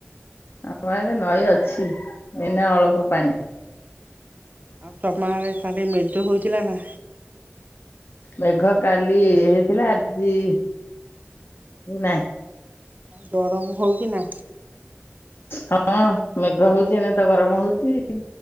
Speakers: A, on the left (about 60°); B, on the right (about 40°).
A: ଆମ ଆଡେ ନଈ ଅଛି ଏଇନା ଅଳପ ପାଣି।
B: ଆଉ, ତମଆରେ ଖାଲି ମିଦୁ ହୋଇଥିଲା ନା?
A: ମେଘ କାଲି ହେଇଥିଲା, ଆଜି ନାଇଁ।
B: ଜରବୁ ହଉ କିି ନା
A: ହଁ, ମେଘ ହଉଛି, ଏଣେ ତ ଗରମ ହଉଚି।